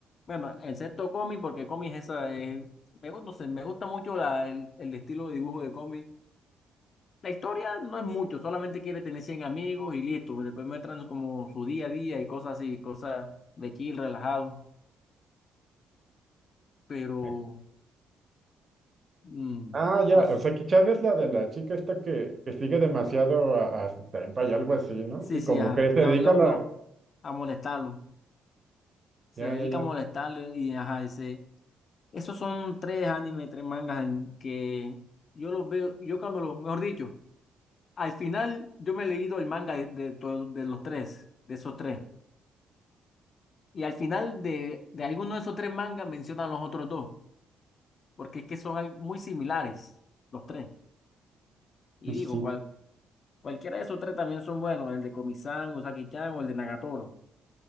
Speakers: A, on the left; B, on the right.
A: bueno, excepto cómic, porque cómic es esa, es- me, gu- no sé, me gusta mucho la- el, el estilo de dibujo de cómic. La historia no es mucho, solamente quiere tener 100 amigos y listo, pues, después muestran como su día a día y cosas así, cosas de chill, relajado, pero,
B: <laughs>
A: mm,
B: Ah, ya,
A: no sé.
B: o sea, Kichan es la de la chica esta que, que sigue demasiado a, a su senpai y algo así, ¿no?
A: sí,
B: Que
A: sí,
B: como
A: ajá,
B: que se
A: lo,
B: dedica
A: lo,
B: a la...
A: lo- a molestarlo, se
B: Ya,
A: dedica
B: ya, ya.
A: a molestarlo y ajá, ese Esos son tres animes, tres mangas en que yo los veo, yo cuando los, mejor dicho, al final yo me he leído el manga de, de to- de los tres, de esos tres. Y al final de, de alguno de esos tres mangas mencionan los otros dos, porque es que son al- muy similares los tres. Y
B: Sí,
A: digo,
B: sí, sí.
A: cual, cualquiera de esos tres también son buenos, el de Komi-san, Usagi-chan o el de Nagatoro.